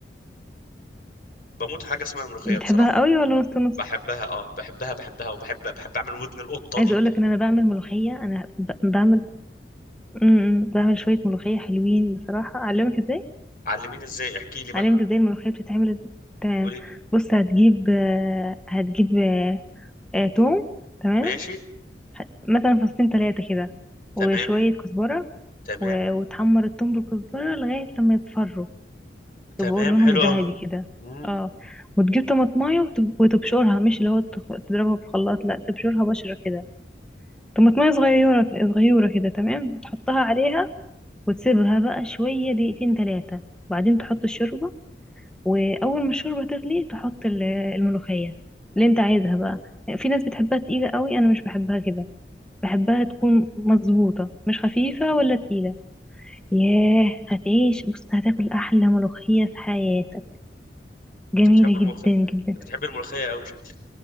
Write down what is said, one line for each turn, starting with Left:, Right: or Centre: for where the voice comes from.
Left: بموت حاجه اسمها الملوخيه
Centre: بتحبها
Left: بصراحه
Centre: قوي ولا نص نص
Left: بحبها اه بحبها بحبها وبحب بحب اعمل ودن القطه
Centre: عايزة
Left: دي
Centre: اقول لك ان انا بعمل ملوخية انا ب- بعمل امم بعمل شوية ملوخية حلوين بصراحة اعلمك ازاي
Left: علميني ازاي احكي لي بقى
Centre: هعلمك ازاي الملوخية بتتعمل ازاي تمام
Left: قولي
Centre: بص هتجيب آه، هتجيب آه، آه، توم تمام
Left: ماشي
Centre: ه- مثلا فصين تلاتة كده
Left: تمام
Centre: وشوية كزبرة
Left: تمام
Centre: و- وتحمر التوم بالكزبرة لغاية لما يصفروا
Left: تمام
Centre: يبقوا لونهم
Left: حلو
Centre: ذهبي
Left: قوي
Centre: كده
Left: امم
Centre: اه وتجيب طماطماية وتب- وتبشرها مش اللي هو تخ- تضربها في الخلاط لا تبشرها بشرة كده طماطماية صغيرة صغيرة كده تمام وتحطها عليها وتسيبها بقى شوية دقيقتين تلاتة وبعدين تحط الشوربة واول ما الشوربه تغلي تحط ال- الملوخيه اللي انت عايزها بقى في ناس بتحبها تقيله قوي انا مش بحبها كده بحبها تكون مظبوطه مش خفيفه ولا تقيله ياه هتعيش بص هتاكل احلى ملوخيه في حياتك جميله
Left: انت بتحب الملوخيه
Centre: جدا جدا
Left: انت بتحب الملوخيه قوي شكلك